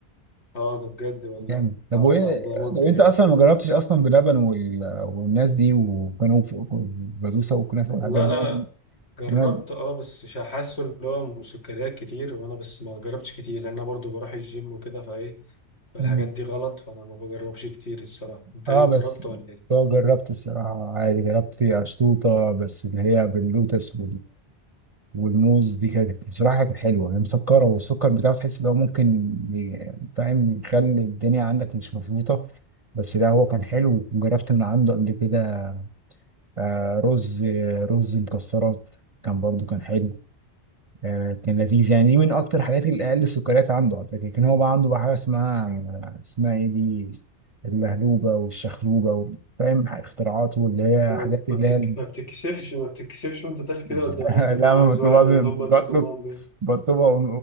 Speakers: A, on the left (about 85°); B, on the right (about 35°).
A: اه ده بجد والله
B: جامد طب
A: على
B: وايه
A: ده على ضمانتي
B: طب انت
A: يعني
B: اصلا ما جربتش اصلا بلبن وال... والناس دي وكانوا في بسبوسه وكنافه والحاجات
A: لا
B: دي
A: لا
B: أنا
A: لا جربت
B: ب-
A: اه بس مش حاسه اللي هو مسكريات كتير وانا بس ما جربتش كتير لان انا برضو بروح الجيم وكده فايه فالحاجات
B: مم.
A: دي غلط فانا ما بجربش كتير الصراحه انت
B: اه
A: ايه
B: بس
A: جربت ولا ايه
B: اه جربت الصراحه عادي جربت اشطوطه بس اللي هي باللوتس والموز دي كانت بصراحة كانت حلوة هي مسكرة والسكر بتاعه تحس إن هو ممكن ي- فاهم يخلي الدنيا عندك مش مظبوطة بس لا هو كان حلو وجربت من عنده قبل كده آه، رز رز مكسرات كان برضو كان حلو آه، كان لذيذ يعني دي من أكتر الحاجات اللي أقل السكريات عنده على فكرة كان هو بقى عنده بقى حاجة اسمها اسمها إيه دي اللهلوبة والشخلوبة فاهم اختراعات واللي هي
A: انت
B: حاجات
A: ما
B: اللي
A: بتك...
B: هي
A: ما بتكسفش ما بتكسفش وانت داخل كده
B: <laughs>
A: قدام الناس تقول
B: لا
A: له انا
B: ما
A: عايز
B: بطلبها
A: واحده هوبا
B: بطلب
A: تيتو مامبو
B: بطلبها أون-